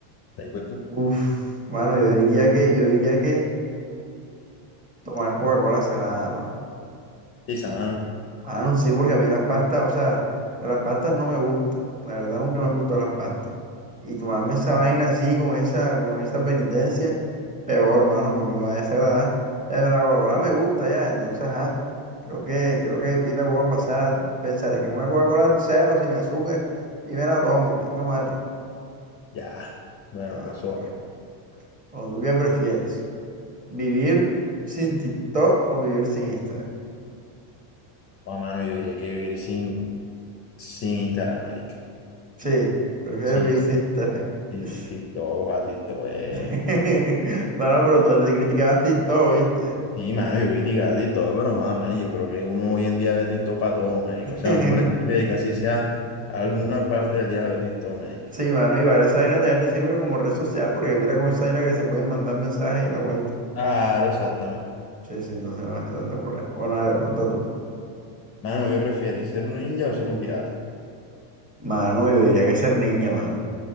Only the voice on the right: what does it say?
Uf, mano, yo diría que, yo diría que tomar Coca-Cola salada, mano.
Ah, no, sí, porque a mí las pastas, o sea, las pastas no me gustan. La verdad nunca me han gustado las pastas. Y tomarme esa vaina así, con esa, con esa penitencia, peor, hermano, más me va a desagradar. La de la Coca-Cola me gusta ya, entonces, ajá. Creo que, creo que y la puedo pasar. Pensaré que es una Coca-Cola cero, sin azúcar, y me la tomo. ¿Qué hijo de madre?
Ah,
pues.
Bueno, ¿tú qué prefieres? ¿Vivir sin TikTok o vivir sin Instagram?
Sí, prefiero
vivir
sin Instagram.
<laughs>
<laughs> Mano, pero tú antes criticabas TikTok, ¿viste?
<laughs>
Sí, mano, igual esa vaina también te sirve como red social, porque mira con esa vaina que se pueden mandar mensajes y la vuelta.
Sí, sí, entonces no hace tanto problema. Bueno, dale, pregunta tú.
Mano, yo diría que ser niña, mano.